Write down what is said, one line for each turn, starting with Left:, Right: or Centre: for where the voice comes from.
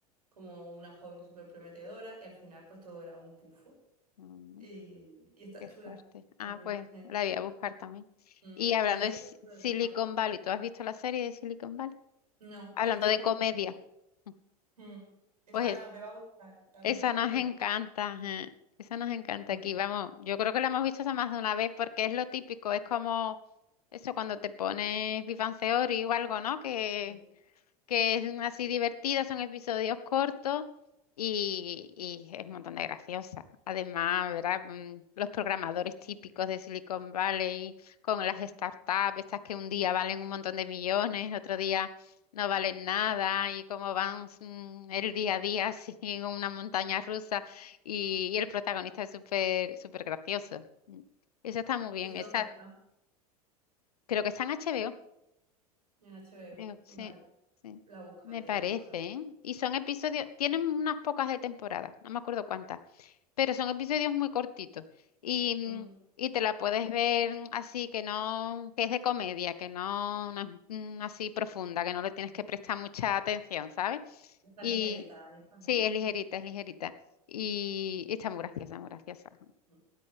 Right: como una joven súper prometedora y al final pues todo era un pufo
Left: Mm,
Right: y, y está
Left: Qué
Right: chula
Left: fuerte.
Right: también.
Left: Ah, pues
Right: eh.
Left: la voy a buscar también.
Right: Mm,
Left: Y hablando
Right: Yo creo
Left: de
Right: que
Left: Si-
Right: te puede
Left: Silicon
Right: gustar.
Left: Valley, ¿tú has visto la serie de Silicon Valley?
Right: No,
Left: Hablando
Right: he visto
Left: de
Right: algún
Left: comedia.
Right: capítulo.
Left: Mm,
Right: Mm, Esa
Left: Pues
Right: me va a gustar, algún
Left: esa
Right: capítulo
Left: nos encanta,
Right: he
Left: ajá. Esa nos encanta
Right: visto.
Left: aquí, vamos, yo creo que la hemos visto hasta más de una vez porque es lo típico, es como eso cuando te pones Big Bang Theory o algo, ¿no? Que,
Right: Sí.
Left: que es así divertida, son episodios cortos y, y es un montón de graciosa. Además, ¿verdad? Mm, Los programadores típicos de Silicon Valley con las startups, estas que un día valen un montón de millones, otro día no valen nada y cómo van mm, el día a día <laughs> así en una montaña rusa y, y el protagonista es súper súper gracioso. Mm. Esa está muy bien,
Right: ¿Y esa
Left: esa
Right: dónde está?
Left: creo que está en HBO.
Right: En H B HBO.
Left: Creo, sí,
Right: Vale.
Left: sí.
Right: La buscaré,
Left: Me parece,
Right: la buscaré.
Left: ¿eh? Y son episodios, tienen unas pocas de temporada, no me acuerdo cuántas, pero son episodios muy cortitos. Y, mm,
Right: Ujú.
Left: y te la puedes ver así, que no, que es de comedia, que no, no es mm, así profunda, que no le tienes que prestar mucha atención, ¿sabes?
Right: Estas
Left: Y
Right: ligeritas, estas
Left: sí,
Right: me gustan.
Left: es ligerita, es ligerita. Y, y está muy graciosa, muy graciosa.
Right: Ujú.